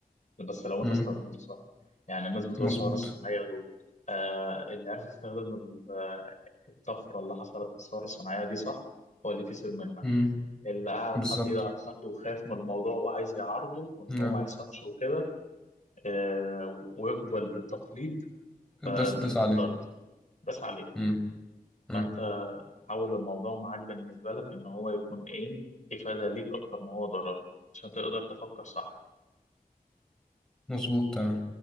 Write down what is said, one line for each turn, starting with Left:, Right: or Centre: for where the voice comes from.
Left: بس لو انت
Centre: امم
Left: استخدمته صح يعني الناس بتوع
Centre: مظبوط
Left: الثوره الصناعيه دول آه اللي عارف يستخدم ال- آه، الطفره اللي حصلت في الثوره الصناعيه دي صح هو اللي كسب منها
Centre: امم
Left: اللي قاعد
Centre: بالظبط
Left: حاطط ايده على خده وخايف من الموضوع وعايز يعارضه وان
Centre: نعم
Left: هو ما يحصلش وكده آه ويقبل بالتقليد فده
Centre: داس داس
Left: اللي
Centre: عليه
Left: اتضرر بس عليه
Centre: امم امم
Left: فانت حول الموضوع معاك بالنسبة لك إن هو يكون إيه إفادة ليك أكتر ما هو ضرر عشان تقدر تفكر صح
Centre: مظبوط تمام